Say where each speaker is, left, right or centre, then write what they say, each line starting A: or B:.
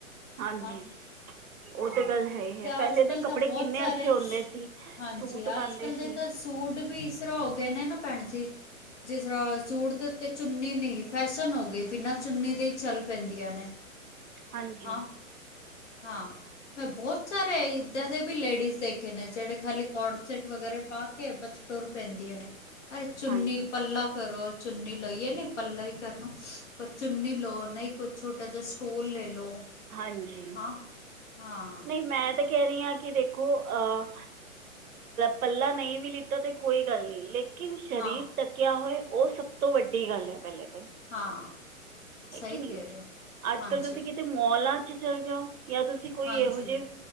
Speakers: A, on the right (about 80°); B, on the left (about 55°).
A: ਹਾਂਜੀ
B: ਹਾਂ।
A: ਉਹ
B: ਹਾਂ
A: ਤੇ ਗੱਲ ਹੈ ਹੀ ਹੈ
B: ਤੇ
A: ਪਹਿਲੇ
B: ਅੱਜ
A: ਦੇ
B: ਕੱਲ ਤਾਂ
A: ਕੱਪੜੇ
B: ਬਹੁਤ
A: ਕਿੰਨੇ
B: ਸਾਰੇ
A: ਅੱਛੇ ਹੁੰਦੇ ਸੀ
B: ਹਾਂਜੀ
A: ਸੂਟ ਪਾਉਂਦੇ
B: ਅੱਜ ਕੱਲ
A: ਸੀ
B: ਦੇ ਤਾਂ, ਸੂਟ ਵੀ ਇਸ ਤਰਾਂ ਹੋ ਗਏ ਨੇ ਨਾ ਭੈਣ ਜੀ, ਜਿਸ ਤਰਾ ਸੂਟ ਦੇ ਉਤੇ ਚੁੰਨੀ ਨਹੀਂ ਫੈਸ਼ਨ ਹੋ ਗਈ ਬਿਨਾਂ ਚੁੰਨੀ ਦੇ ਈ ਚੱਲ ਪੈਂਦੀਆਂ ਨੇ,
A: ਹਾਂਜੀ
B: ਹਾਂ ਹਾਂ। ਮੈਂ ਬਹੁਤ ਸਾਰੇ ਇੱਦਾਂ ਦੇ ਵੀ ਲੇਡੀਜ਼ ਦੇਖੇ ਨੇ ਜੇੜੇ ਖਾਲੀ ਕੋਰਸੇਟ ਵਗੈਰਾ ਪਾ ਕੇ ਬਚ ਤੁਰ ਪੈਂਦੀਆਂ ਨੇ ਅਰੇ ਚੁੰਨੀ
A: ਹਾਂਜੀ
B: ਪੱਲਾ ਕਰੋ, ਚੁੰਨੀ ਲਈ ਏ ਕੇ ਪਲਾ ਹੀ ਕਰਨਾ ਪਰ ਚੁੰਨੀ ਲਓ ਨਹੀਂ ਕੁਛ ਛੋਟਾ ਜਿਹਾ ਸਟੋਲ ਲੈ ਲਓ।
A: ਹਾਂਜੀ
B: ਹਾਂ ਹਾਂ
A: ਨਹੀਂ ਮੈਂ ਤਾਂ ਕਹਿ ਰਹੀ ਆਂ ਕਿ ਦੇਖੋ ਅਹ ਪੱਲਾ ਨਹੀਂ ਵੀ ਲਿੱਤਾ ਤੇ ਕੋਈ ਗੱਲ ਨਹੀ ਲੇ ਲੇਕਿਨ ਸਰੀਰ
B: ਹਾਂ
A: ਢਕਿਆ ਹੋਏ ਉਹ ਸਭ ਤੋਂ ਵੱਡੀ ਗੱਲ ਹੈ ਪਹਿਲੇ ਤੇ
B: ਹਾਂ।
A: ਹੈ
B: ਸਹੀ
A: ਕੇ ਨਹੀ
B: ਕਹਿ ਰਹੇ ਹੋ
A: ਅੱਜ
B: ਹਾਂਜੀ
A: ਕੱਲ੍ਹ ਤੁਸੀਂ ਕਿਤੇ ਮੋਲਾਂ ਤੇ ਚਲੇ ਜਾਓ ਜਾਂ ਤੁਸੀਂ ਕੋਈ
B: ਹਾਂਜੀ
A: ਇਹੋ ਜਿਹੇ